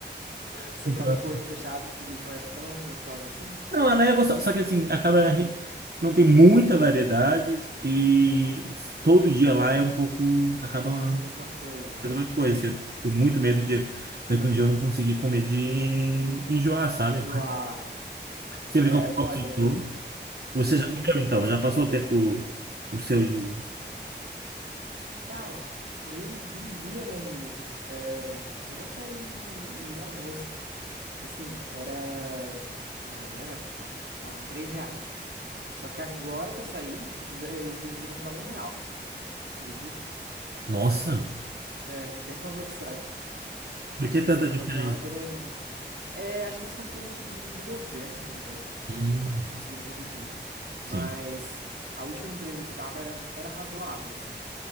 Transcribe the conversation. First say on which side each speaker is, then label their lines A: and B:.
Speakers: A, on the right (about 75°); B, on the right (about 60°).
A: Você
B: <laughs>
A: come com o olho fechado porque não é tão gostosa assim?
B: Não, ela é gostosa, só que assim, acaba re- não tem muita variedade e todo dia lá é um pouco, acaba a
A: A mesma coisa.
B: mesma coisa. assim, Eu tenho muito medo de daqui um dia eu não conseguir comer de enjoar, sabe?
A: Enjoar.
B: Sempre
A: É,
B: que eu
A: olha,
B: faço tudo. Você
A: eu,
B: já comeu então? Já passou o tempo o, o seu de.
A: cara, eu vivia na Rio. É, janta e, e almoço. Assim, era na época, acho que eu pagava 3 reais. Só que agora que eu saí, eles, eles reduziram pra um real. Acredita?
B: Nossa,
A: É, bem quando eu saio.
B: por que tanta
A: E economizar
B: diferença?
A: uma graninha. É, acho que eles conseguiram um subsídio do governo, se eu não me engano.
B: Hum,
A: Eles conseguiram reduzir.
B: sim,
A: Mas a última empresa que tava era, era razoável, assim.